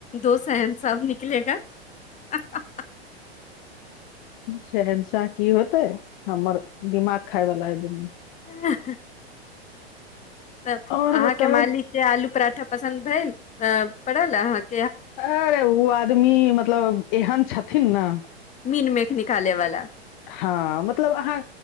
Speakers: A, on the left; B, on the left.
A: दो शहंशाह अब निकलेगा हा हा
B: शंहशाह कि होते हमर दिमाग खाय वाला अय दुनू
A: आ ह
B: और
A: अहाँकेँ
B: बताउ
A: मालिक से आलू परांठा पसन्द भेल पड़ल अहाँकेँ
B: अरे आदमी मतलब एहन छथिन ने
A: मीन मेख निकाले वाला
B: ह मतलब अहाँ